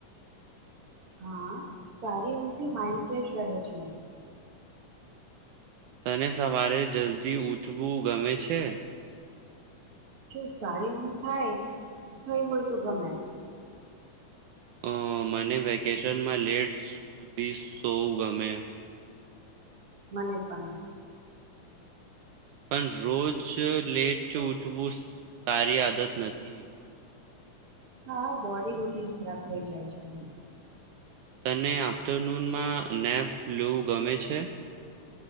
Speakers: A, on the right; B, on the right.
A: હા, સારી એઊમથી માઈન્ડ ફ્રેશ રહે છે.
B: તને સવારે જલ્દી ઉઠવું ગમે છે?
A: જો સારી હું થાય થઈ હોય તો ગમે.
B: અ મને વેકેશનમાં લેટ સુધી સવુ ગમે.
A: મને પણ.
B: પણ રોજ લેટ ઉઠવું સારી આદત નથી.
A: હા બોડી રૂટીન ખરાબ થઇ જાય છે.
B: તને આફ્ટરનૂનમાં નેપ લેવું ગમે છે?